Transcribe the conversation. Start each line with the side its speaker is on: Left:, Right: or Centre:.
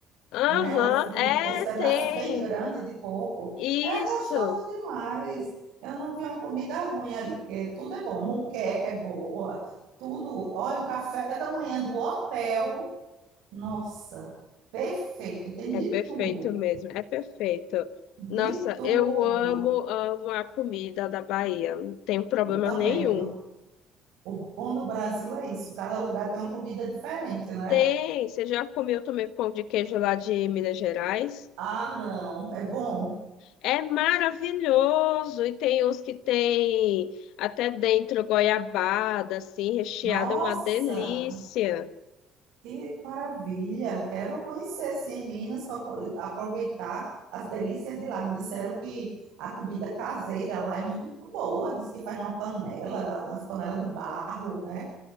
Left: Aham,
Right: né? Elas ficam
Left: é,
Right: com esse pedaço
Left: tem.
Right: bem grande de coco.
Left: Isso.
Right: É gostosa demais. Eu não vi uma comida ruim ali, porque tudo é bom. Moqueca é boa, tudo. Olha, o café da manhã do hotel, nossa, perfeito. Tem
Left: É
Right: de
Left: perfeito
Right: tudo,
Left: mesmo, é perfeito. Nossa,
Right: de tudo.
Left: eu amo, amo a comida da Bahia, não tenho problema
Right: Eu também,
Left: nenhum.
Right: viu? O bom do Brasil é isso. Cada lugar tem uma comida diferente, né?
Left: Tem, você já comeu também pão de queijo lá de Minas Gerais?
Right: Ah, não, é bom.
Left: É maravilhoso. E tem uns que tem até dentro goiabada, assim, recheada,
Right: Nossa.
Left: é uma delícia.
Right: Que maravilha! Quero conhecer sim Minas para aproveitar as delícias de lá. Me disseram que a comida caseira lá é muito boa. Diz que faz numa panela, nas panelas de barro, né?